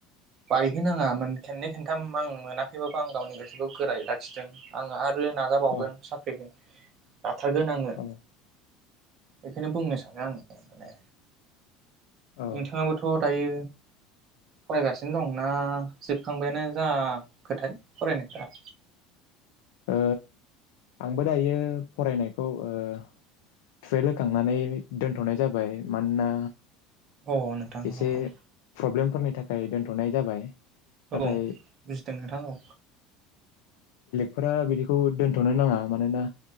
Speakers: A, on the right (about 35°); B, on the left (about 80°).
A: बाय हो नाङा खेननै खेनथाम आं मोनाखैबाबो आं गावनि गोसोखौ गोरायै लाखिदों आङो आरो। नाजाबावगोन
B: औ
A: साख्रिखौ जाथारगोन आङो
B: औ
A: बेखौनो बुंनो सानो आङो माने
B: औ
A: नोंथाङाबोथ दायो फरायगासिनो दंना जोबखांबायानो जा खोथाय फरायनायफ्रा
B: ओ। आंबो दायो फरायनायखौ ओ थुवेलभ होखांनानै दोनथनाय जाबाय मानोना
A: अ नोंथां
B: एसे
A: अ।
B: प्रब्लेमफोरनि थाखाय दोनथनाय जाबाय नाथाय
A: औ बुजिदों नोंथां औ।
B: फोरा बिदिखौ दोनथनो नाङा मानोना